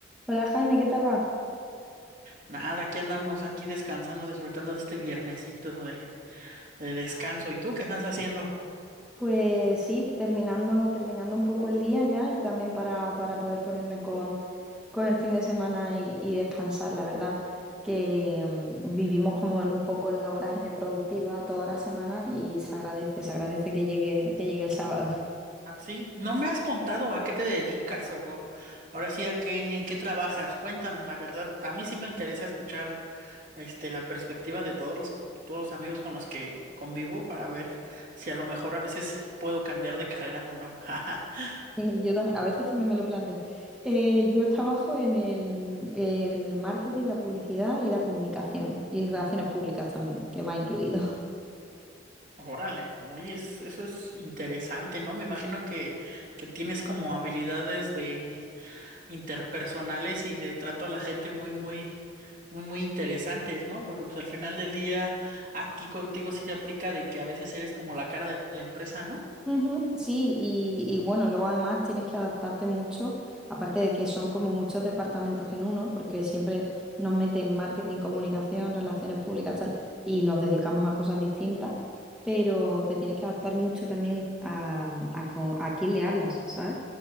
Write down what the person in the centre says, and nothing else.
Hola Jaime, ¿qué tal va?
Pues sí, terminando, terminando un poco el día ya y también para, para poder ponerme con, con el fin de semana y, y descansar, la verdad, que mm, vivimos como en un poco en una vorágine productiva toda la semana y se agradece, se agradece que llegue, que llegue el sábado. <laughs>
Sí, yo también, a veces también me lo planteo. Eh, yo trabajo en el, eh, en el marketing, la publicidad y la comunicación y relaciones públicas también, que va incluido.
Ujú, Sí, y, y bueno, luego además tienes que adaptarte mucho, aparte de que son como muchos departamentos en uno, porque siempre nos meten marketing, comunicación, relaciones públicas, tal, y nos dedicamos a cosas distintas, pero te tienes que adaptar mucho también a, a, co- a quién le hablas, ¿sabes?